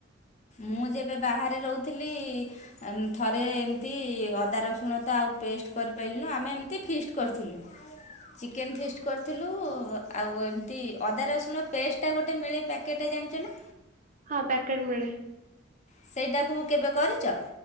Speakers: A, on the left (about 35°); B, on the right (about 40°).
A: ମୁଁ ଯେବେ ବାହାରେ ରହୁଥିଲି ଥରେ ଏମିତି ଅଦା ରସୁଣ ତ ଆଉ ପେଷ୍ଟ କରିପାରିଲୁନୁ ଆମେ ଏମିତି ଫିଷ୍ଟ କରିଥିଲୁ। ଚିକେନ୍ ଫିଷ୍ଟ କରିଥିଲୁ। ଆଉ ଏମିତି ଅଦା ରସୁଣ ପେଷ୍ ଏଟା ଗୋଟେ ମିଳେ ପ୍ୟାକେଟ୍ ଜାଣିଛ ନା।
B: ହଁ ପ୍ୟାକେଟ୍ ମିଳେ।
A: ସେଇଟାକୁ କେବେ କରିଛ